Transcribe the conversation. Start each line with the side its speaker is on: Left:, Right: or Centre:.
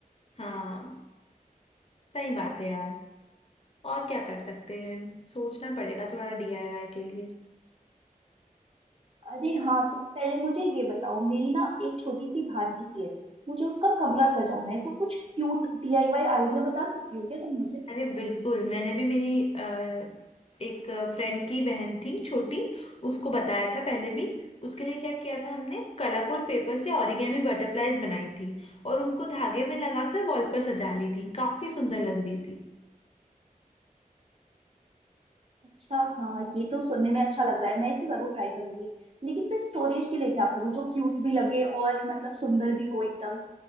Left: हाँ सही बात है यार और क्या कर सकते हैं सोचना पड़ेगा थोड़ा डीआईवाई के लिए
Right: अरे हाँ तो पहले मुझे ये बताओ मेरी ना एक छोटी सी भांजी है मुझे उसका कमरा सजाना है तो कुछ क्यूट डीआईवाई आइडिया बता सकती हो क्या तुम मुझे
Left: अरे बिल्कुल मैंने भी मेरी अ, एक फ्रेंड की बहन थी छोटी उसको बताया था पहले भी उसके लिए क्या किया था हमने कलरफुल पेपर से ओरिगेमी बटरफ्लाईज बनाई थी और उनको धागे में लगाकर वॉल पर सजा ली थी काफी सुंदर लग रही थी
Right: अच्छा हाँ ये तो सुनने में अच्छा लग रहा है मैं इसे जरूर ट्राई करूंगी लेकिन फिर स्टोरेज के लिए क्या करूँ जो क्यूट भी लगे और मतलब सुंदर भी हो एकदम